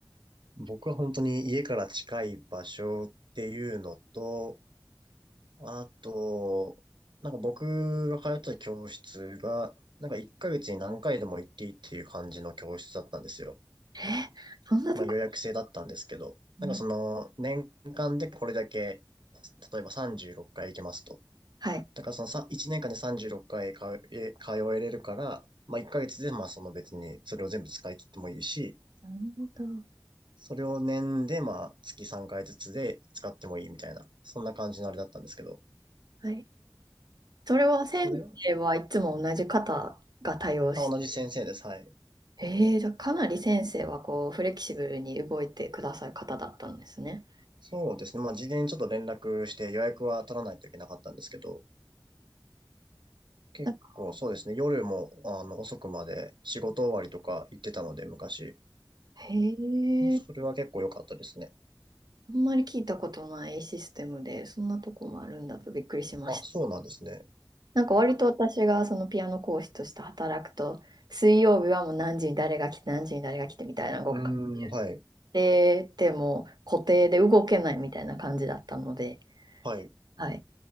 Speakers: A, on the right (about 85°); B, on the right (about 60°).
A: 僕は本当に家から近い場所っていうのと、あと、なんか僕が通ってた教室が、なんか1ヶ月に何回でも行っていいっていう感じの教室だったんですよ。
B: え、そんなとこ
A: まあ予約制だったんですけど、
B: うん
A: なんかその年間でこれだけ、例えば36回行けますと。
B: はい。
A: だからそのさ1年間で36回かいかえ通えれるから、まあ1ヶ月でまあその別にそれを全部使い切ってもいいし、
B: なるほど。
A: それを年でまあ月3回ずつで使ってもいいみたいな、そんな感じのあれだったんですけど、
B: はい。それは先生はいつも同じ方が対応して、
A: それは、あ、同じ先生です。はい。
B: えー、じゃあかなり先生はこうフレキシブルに動いてくださる方だったんですね。
A: そうですね。まあ、事前にちょっと連絡して予約は取らないといけなかったんですけど、結構そうですね。
B: なんか、
A: 夜も、あの、遅くまで仕事終わりとか行ってたので、昔。
B: へ
A: それは結構良かったですね。
B: え、あんまり聞いたことないシステムで、そんなとこもあるんだとびっくりしました。
A: あ、そうなんですね。
B: なんか割と私がそのピアノ講師として働くと、水曜日はもう何時に誰が来て、何時に誰が来てみたいなごっか
A: うーん、はい。
B: で、でも固定で動けないみたいな感じだったので、
A: はい。
B: はい。